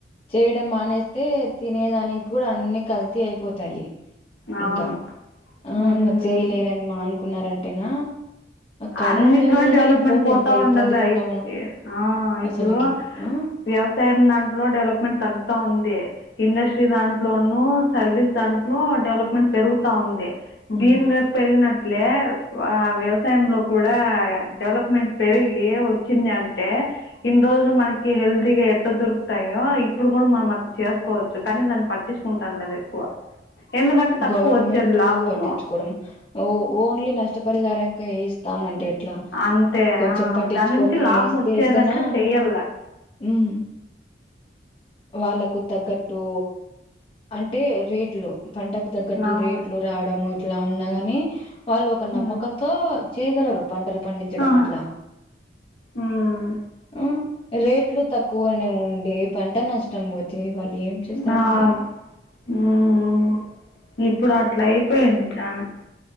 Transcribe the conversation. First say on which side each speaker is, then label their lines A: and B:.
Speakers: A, on the left; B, on the left.
A: చేయడం మానేస్తే తిన్ నేదానికి గుడా అన్ని కల్తీ అయిపోతాయి.
B: అవును
A: ఇంకా, ఆ ఇంగా చేయలేరని మానుకున్నారంటేనా. కరోనా
B: అన్నిట్లోనే
A: టైమ్ లోనే
B: డెవలప్మెంట్
A: ఇబ్బంది
B: పోతా
A: ఎంత
B: ఉండాల
A: ఇబ్బంది పడినా
B: ఇప్
A: మనం
B: ఆ ఇప్ ఇప్పుడు
A: అసలుకి ఆ
B: వ్యవసాయం దాంట్లో డెవలప్మెంట్ తగ్గుతా ఉంది ఇండస్ట్ టీ దాంట్లోనూ సర్వీస్ దాంట్లోను డెవలప్మెంట్ పెరుగుతా ఉంది దీనిలో
A: ఉమ్.
B: పెరిగినట్లే ఆ వ్యవసాయమ్ లో కూడా డెవలప్మెంట్ పెరిగి వచ్చింది అంటే ఇన్ని రోజులు మనకి హెల్దీగా ఎట్లా దొరుకుతాయో ఇప్పుడు కూడా మనం అది చేసుకోవచ్చు కానీ దాన్ని పట్టించుకుంటాను లేదు ఎక్కువ ఎందుకంటే తక్కువ
A: గవర్నమెంట్
B: వచ్చేది లాభము
A: పట్టించుకోవడంఓ ఓన్లీ నష్టపరిహారంగా వస్త స్తామంటే ఎట్లా
B: అంతే
A: కొంచెం
B: ఆ
A: పట్టించుకొని
B: దాని నుంచి లాభం
A: ఇస్తే
B: వచ్చేటట్లు
A: ఇస్తేనా
B: చెయ్యాల
A: హ్మ్మ్ వాళ్ళకు తగ్గట్టు, అంటే రేట్లు పంటకు తగ్గట్టు
B: అవును
A: రేట్లు రావడము ఇట్ అట్లా ఉన్నా గాని వాళ్ళు ఒక
B: మ్మ్
A: నమ్మకంతో చేయగలరు పంటలు పండించడం
B: ఆహా
A: అట్లా
B: మ్మ్
A: హ్మ్ రేట్లు తక్కువనే ఉండి పంట నష్టం పోతే వాళ్ళు ఏం చేస్తారు
B: నాల్
A: ఇంకా
B: హ్మ్మ్ ఇప్పుడు అట్లా అయిపోయింది చానా